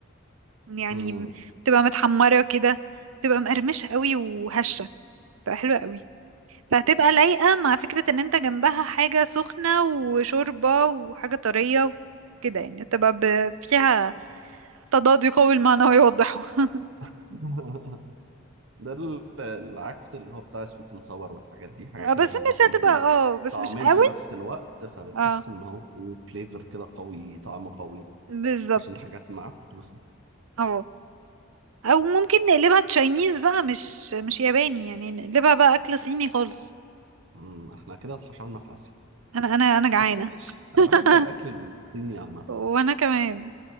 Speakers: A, on the right; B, on the right.
A: يعني
B: مم.
A: بتبقى متحمرة كده بتبقى مقرمشة قوي وهشة بتبقى حلوة قوي فهتبقى لايقة مع فكرة ان انت جنبها حاجة سخنة وشوربة وحاجة طرية كده يعني تبقى ب... فيها تضاد يقوي المعنى ويوضحه <laughs>
B: <laughs> ده ال- العكس اللي هو بتاع سويت اند صور والحاجات دي حاجة
A: آه،
B: كده
A: بس
B: اللي
A: مش
B: هو بتدي
A: هتبقى اه بس
B: طعمين
A: مش قوي
B: في نفس الوقت فبتحس
A: اه
B: ان هو ايه فليفر كده قوي طعم قوي
A: بالظبط
B: عشان الحاجات معكوسة
A: اه او ممكن نقلبها تشاينيز بقى مش مش ياباني يعني نقلبها بقى اكل صيني خالص
B: مم، احنا كده اتحشرنا في اسيا
A: انا انا انا جعانه
B: بس ماشي
A: <laughs>
B: انا بحب الاكل الصيني عامة
A: وانا كمان